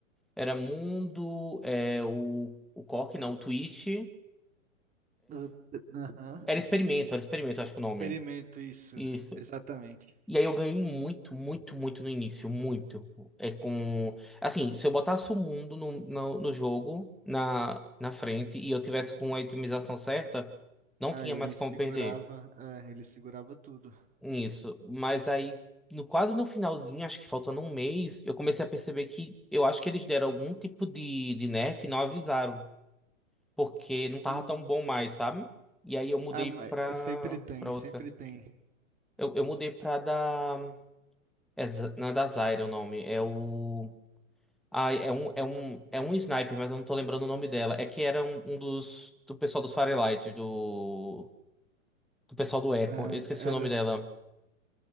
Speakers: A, in the centre; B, on the right.
A: Era Mundo, é, o, o Cork, não, o Twitch.
B: Eu- Aham.
A: Era Experimento, era Experimento, acho que o
B: Experimento
A: nome.
B: isso,
A: Isso.
B: exatamente.
A: E aí eu ganhei muito, muito, muito no início, muito. É com. Assim, se eu botasse o mundo no, no, no jogo, na, na frente, e eu tivesse com a itemização certa, não
B: Ah,
A: tinha
B: ele
A: mais como
B: segurava,
A: perder.
B: é, ele segurava tudo.
A: Isso. Mas aí, no, quase no finalzinho, acho que faltando um mês, eu comecei a perceber que eu acho que eles deram algum tipo de, de nerf e não avisaram. porque não tava
B: Hum,
A: tão bom mais, sabe? E aí eu mudei
B: ah, ma-
A: pra,
B: é, sempre tem,
A: pra outra.
B: sempre tem.
A: Eu, eu mudei pra da. É, Z- não é da Zyra o nome. É o. Ah, é um, é um, é um sniper, mas eu não tô lembrando o nome dela. É que era um, um dos. Do pessoal dos Firelight, do. Do pessoal do Echo.
B: Ah,
A: Eu esqueci
B: era
A: o nome dela.